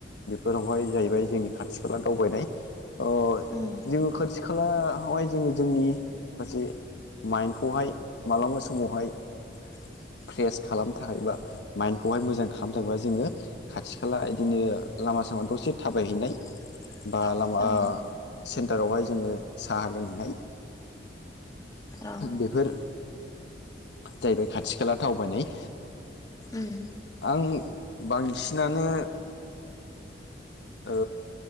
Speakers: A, on the left; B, on the left.
A: बेफोरावहाय जाहैबाय जोंनि खाथि खाला दावबायनाय ओ
B: उम
A: जोङो खाथि खालायावहाय जोङो जोंनि माखासे माइ खौहाय मालाबा समावहाय
B: <inaudible>
A: फ्रेस खालामनो थाखायबा माइखौहाय मोजां खालामनो थाखायबा जोङो खाथि खाला इदिनो लामा आसामाव दसे थाबायहैनाय
B: <inaudible>
A: बा लामा
B: औ
A: सेन्टारावहाय जोङो साहा लोंहैनाय
B: औ
A: बेफोर जाहैबाय खाथि खाला दावबायनाय।
B: उम
A: आं बांसिनानो ओ